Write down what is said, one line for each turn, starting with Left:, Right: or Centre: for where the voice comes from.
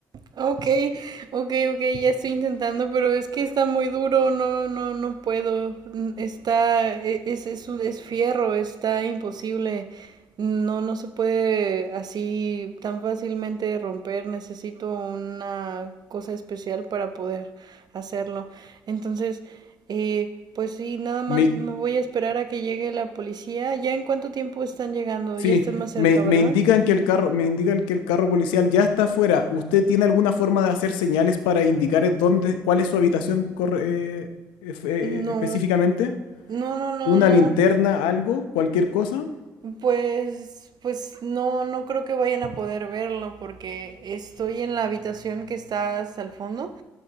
Right: Ok, ok, ok, ya estoy intentando, pero es que está muy duro, no, no, no puedo. Mm, Está, e- es, es, un- es fierro, está imposible. No, no se puede así tan fácilmente romper. Necesito una cosa especial para poder hacerlo. Entonces, eh, pues sí, nada más
Left: Me-
Right: me voy a esperar a que llegue la policía. ¿Ya en cuánto tiempo están llegando?
Left: sí,
Right: Ya están más cerca,
Left: me,
Right: ¿verdad?
Left: me indican que el carro, me indican que el carro policial ya está afuera. ¿Usted tiene alguna forma de hacer señales para indicar eh, dónde, cuál es su habitación corre- eh, ef- eh,
Right: No,
Left: específicamente?
Right: no, no, no,
Left: ¿Una
Right: no.
Left: linterna, algo, cualquier cosa?
Right: Pues, pues no, no creo que vayan a poder verlo porque estoy en la habitación que está hasta el fondo,